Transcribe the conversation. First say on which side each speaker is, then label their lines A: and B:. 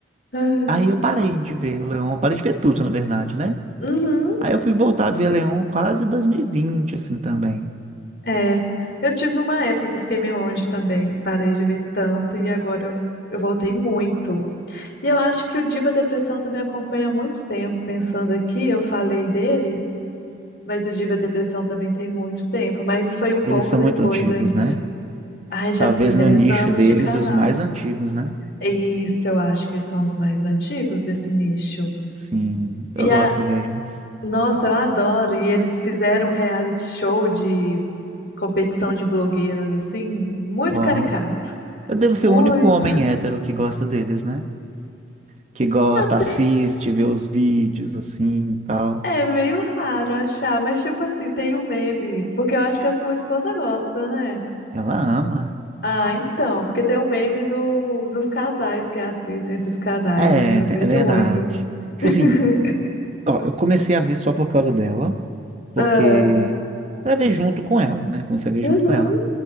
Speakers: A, on the left; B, on the right.
A: Ah,
B: aí eu parei de ver o Leon, parei de ver tudo, na verdade, né?
A: Uhum.
B: Aí eu fui voltar a ver Leon quase 2020, assim, também.
A: É, eu tive uma época que eu fiquei meio longe também, parei de ver tanto e agora eu, eu voltei muito. E eu acho que o Diva Depressão também acompanha há muito tempo, pensando aqui, eu falei deles, mas o Diva Depressão também tem muito tempo, mas foi um pouco
B: Eles são
A: depois
B: muito antigos,
A: ainda.
B: né?
A: Ai, já
B: Talvez
A: tem
B: no
A: 10
B: nicho
A: anos
B: deles,
A: de canal.
B: os mais antigos, né?
A: E Isso, eu acho que eles são os mais antigos desse nicho.
B: Sim, eu
A: E
B: gosto
A: a,
B: deles.
A: nossa, eu adoro, e eles fizeram um reality show de competição de blogueiras, assim, muito
B: Ó,
A: caricato.
B: eu devo ser
A: Muito.
B: o único homem hétero que gosta deles, né? que gosta, assiste,
A: Tem-
B: vê os vídeos assim e tal.
A: É meio raro achar, mas tipo assim, tem o meme, porque eu acho que a sua esposa gosta, né?
B: Ela ama.
A: Ah, então, porque tem o meme do, dos casais que assistem esses canais,
B: É,
A: né? Eu
B: te-
A: vejo
B: é verdade.
A: muito.
B: Tipo
A: <laughs>
B: assim, ó, eu comecei a ver só por causa dela, porque
A: Ah,
B: pra ver junto com ela, né? Comecei a ver
A: uhum,
B: junto com ela.